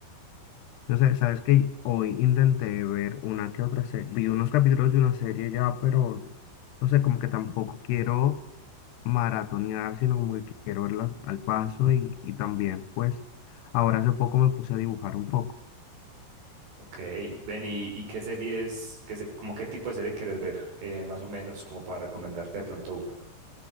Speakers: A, on the left; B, on the right.
A: No sé, sabes que hoy intenté ver una que otra serie, vi unos capítulos de una serie ya, pero no sé, como que tampoco quiero maratonear, sino como que quiero verlas al paso y, y también, pues, ahora hace poco me puse a dibujar un poco.
B: Ok, ven, ¿y, y qué series, qué, se- como qué tipo de serie querés ver? Eh, más o menos como para recomendarte de pronto una.